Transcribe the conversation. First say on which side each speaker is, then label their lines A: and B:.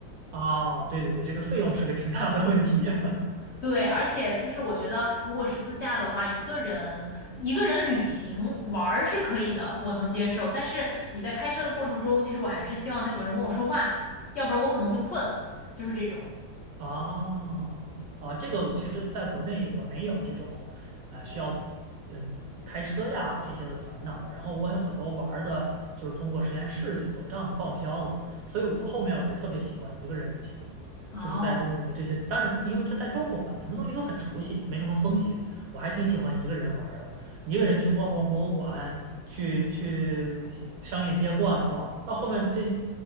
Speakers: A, on the right; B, on the left.
A: 啊，对对对，这个费用是个挺大的问题。<laughs>
B: 对，而且就是我觉得，如果是自驾的话，一个人一个人旅行玩儿是可以的，我能接受。但是你在开车的过程中，其实我还是希望能有个人跟我说话，要不然我可能会困，就是这种。
A: 哦，啊，这个我其实在国内我没有这种，啊、需要嗯开车呀这些的烦恼。然后我有很多玩儿的，就是通过实验室就走账就报销了。所以我后面我就特别喜欢一个人旅行，
B: 哦，
A: 就是在中国这些，当然它因为它在中国嘛，你什么东西都很熟悉，没什么风险。我还挺喜欢一个人玩儿的，
B: 对，
A: 一个人去逛逛博物馆，去去商业街逛一逛。到后面这。